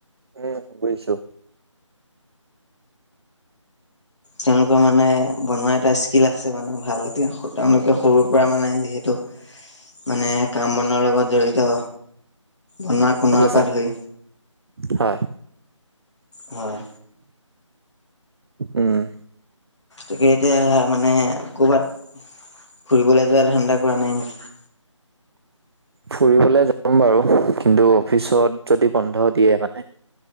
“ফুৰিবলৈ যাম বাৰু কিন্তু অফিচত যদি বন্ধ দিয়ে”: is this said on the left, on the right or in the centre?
Right